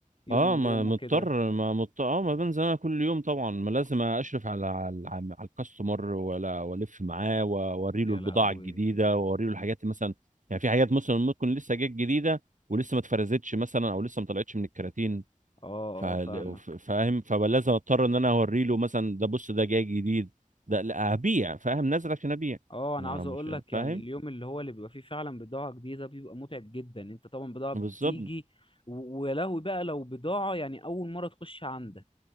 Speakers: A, on the left; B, on the right.
A: يوم
B: اه
A: ويوم
B: ما مضطر
A: وكده
B: ما مضطر اه ما بنزل انا كل يوم طبعا ما لازم اشرف على على على الكاستمر ولا والف معاه واوري له
A: يا
B: البضاعه
A: لهوي
B: الجديده واوري له الحاجات مثلا يعني في حاجات مثلا ممكن لسه جت جديده ولسه ما اتفرزتش مثلا او لسه ما طلعتش من الكراتين
A: اه
B: ف-
A: اه فاهمك
B: وف- فاهم فلازم اضطر ان انا اوري له مثلا ده بص ده جاي جديد ده لا هبيع فاهم نازل عشان ابيع
A: اه
B: ما
A: انا عاوز
B: مش
A: اقول لك
B: فاهم
A: يعني اليوم اللي هو اللي بيبقى فيه فعلا بضاعة جديدة بيبقى متعب جدا انت طبعا بضاعة بتيجي
B: بالظبط
A: و- ويا لهوي بقى لو بضاعة يعني اول مرة تخش عندك